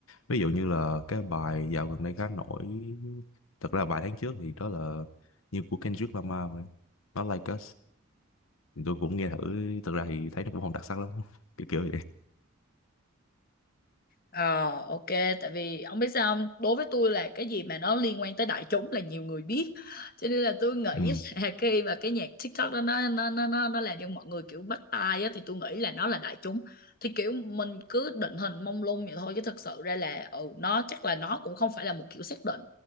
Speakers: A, on the left; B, on the left.
A: ví dụ như là cái bài dạo gần đây khá nổi thật ra vài tháng trước thì đó là như của Kendrick Lamar vậy nó Like Us Thì tôi cũng nghe thử thật ra thì thấy nó cũng không đặc sắc lắm <laughs> kiểu kiểu vậy
B: Ờ, ok, tại vì ông biết sao không? Đối với tôi là cái gì mà nó liên quan tới đại chúng là nhiều người biết. Cho nên là tôi nghĩ
A: ừ
B: là <laughs> khi mà cái nhạc TikTok đó nó nó nó nó nó làm cho mọi người kiểu bắt tai á thì tôi nghĩ là nó là đại chúng. Thì kiểu mình cứ định hình mông lung vậy thôi chứ thực sự ra là ừ nó chắc là nó cũng không phải là một kiểu xác định.